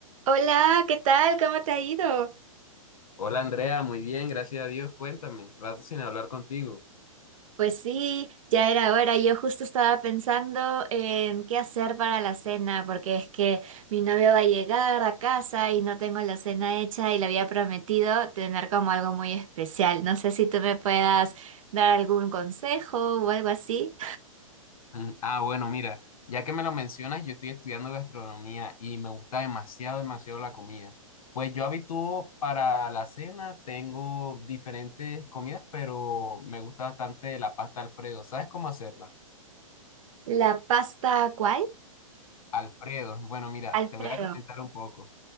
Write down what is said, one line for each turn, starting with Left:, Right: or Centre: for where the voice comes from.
Right: Hola, ¿qué tal? ¿Cómo te ha ido?
Left: Hola Andrea, muy bien, gracias a Dios. Cuéntame, rato sin hablar contigo.
Right: Pues sí, ya era hora. Yo justo estaba pensando en qué hacer para la cena, porque es que mi novio va a llegar a casa y no tengo la cena hecha y le había prometido tener como algo muy especial. No sé si tú me puedas dar algún consejo o algo así.
Left: Mm, Ah, bueno, mira, ya que me lo mencionas, yo estoy estudiando gastronomía y me gusta demasiado, demasiado la comida. Pues yo habitúo para la cena, tengo diferentes comidas, pero me gusta bastante la pasta Alfredo. ¿Sabes cómo hacerla?
Right: ¿La pasta cuál?
Left: Alfredo, bueno, mira,
Right: Alfredo.
Left: te voy a comentar un poco.